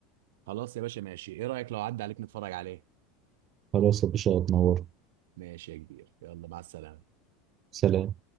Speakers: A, on the right; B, on the right.
A: خلاص يا باشا ماشي ايه رأيك لو عدى عليك نتفرج عليه
B: خلاص يا باشا اتنور
A: ماشي يا كبير يلا مع السلامة
B: سلام